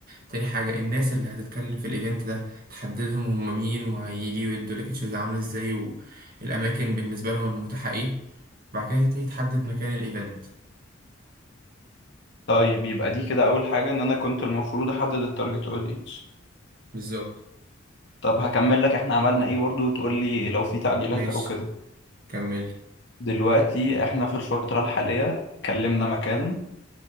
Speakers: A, on the right; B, on the left.
A: تاني حاجة الناس اللي هتتكلم في الايفنت ده تحددهم هم مين وهيجي ويدوا ليكتشرز عاملة ازاي والاماكن بالنسبة لهم المتاحة ايه بعد كده تبتدي تحدد مكان الايفنت
B: طيب يبقى دي كده اول حاجه ان انا كنت المفروض احدد التارجت اودينس
A: بالظبط
B: طب هكمل لك احنا عملنا ايه برضو وتقول لي لو في تعديلات
A: ماشي
B: او كده
A: كمل
B: دلوقتي احنا في الفتره الحاليه كلمنا مكان